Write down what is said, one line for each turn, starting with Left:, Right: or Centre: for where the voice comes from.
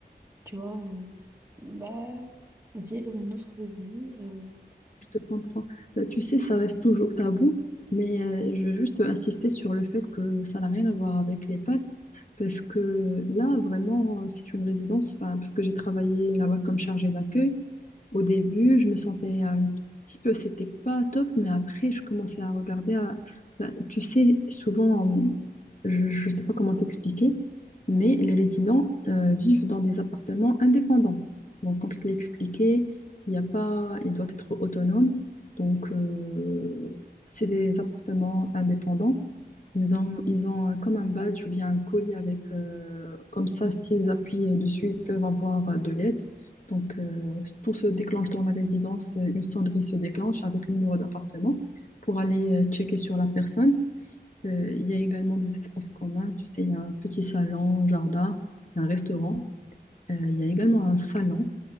Right: tu vois, euh, bah, vivre une autre vie. euh.
Left: Je te comprends. Bah, tu sais, ça reste toujours tabou, mais euh, je veux juste insister sur le fait que ça n'a rien à voir avec les pattes, parce que là, vraiment, euh, c'est une résidence, enfin, parce que j'ai travaillé là-bas comme chargée d'accueil. Au début, je me sentais un petit peu, c'était pas top, mais après, je commençais à regarder. à- bah, tu sais, souvent, euh, je ne sais pas comment t'expliquer, mais les résidents euh, vivent dans des appartements indépendants. Donc, comme je te l'ai expliqué, il y a pas, il doit être autonome. Donc, euh, c'est des appartements indépendants. Ils ont, ils ont euh, comme un badge ou bien un colis avec, euh, comme ça, s'ils appuient euh, dessus, ils peuvent avoir euh, de l'aide. Donc, euh, tout se déclenche dans la résidence. euh, Une sonnerie se déclenche avec le numéro d'appartement pour aller euh, checker sur la personne. Euh, il y a également des espaces communs. Tu sais, il y a un petit salon, jardin, un restaurant. Euh, il y a également un salon